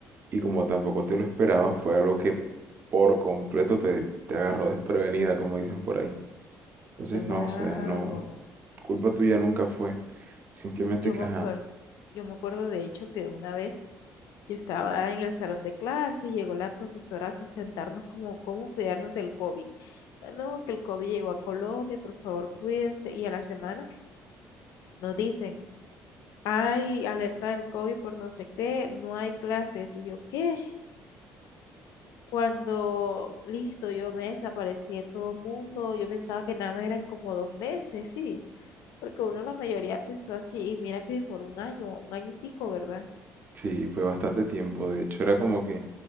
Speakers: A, on the right; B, on the left.
A: Y como tampoco te lo esperabas, fue algo que por completo te, te agarró desprevenida, como dicen por ahí. Entonces,
B: Claro.
A: no, o sea, no, culpa tuya nunca fue. Simplemente
B: Yo
A: que,
B: me
A: ajá,
B: acuerdo, yo me acuerdo de hecho que una vez yo estaba en el salón de clase y llegó la profesora a sustentarnos como cómo cuidarnos del COVID. "Ah, No, que el COVID llegó a Colombia, por favor, cuídense. Y a la semana nos dicen, hay alerta del COVID por no sé qué, no hay clases. Y yo, ¿qué? Cuando, listo, yo me desaparecí de todo el mundo, yo pensaba que nada más eran como dos meses, sí, porque uno la mayoría pensó así y mira que demoró un año, un año y pico, ¿verdad?
A: sí, fue bastante tiempo. De hecho, era como que